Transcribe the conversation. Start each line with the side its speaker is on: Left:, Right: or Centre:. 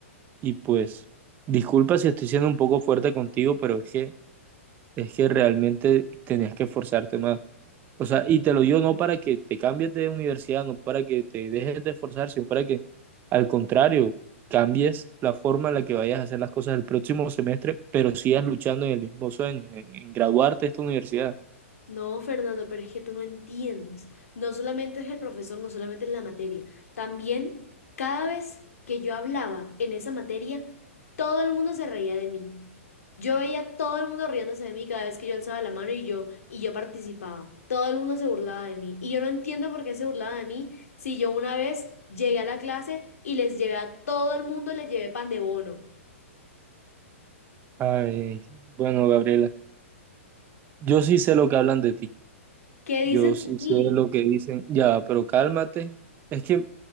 Right: y pues disculpa si estoy siendo un poco fuerte contigo, pero es que, es que realmente tenías que esforzarte más. O sea, y te lo digo no para que te cambies de universidad, no para que te dejes de esforzar, sino para que al contrario, cambies la forma en la que vayas a hacer las cosas el próximo semestre, pero sigas luchando en el mismo sueño, en, en graduarte de esta universidad.
Left: No, Fernando, pero es que tú no entiendes. No solamente es el profesor, no solamente es la materia. También, cada vez que yo hablaba en esa materia, todo el mundo se reía de mí. Yo veía a todo el mundo riéndose de mí cada vez que yo alzaba la mano y yo, y yo participaba. Todo el mundo se burlaba de mí. Y yo no entiendo por qué se burlaba de mí si yo una vez llegué a la clase y les llevé a todo el mundo, les llevé pan de bono.
Right: Ay, bueno, Gabriela, yo sí sé lo que hablan de ti.
Left: ¿Qué
Right: Yo
Left: dicen
Right: sí
Left: de mí?
Right: sé lo que dicen, ya, pero cálmate. Es que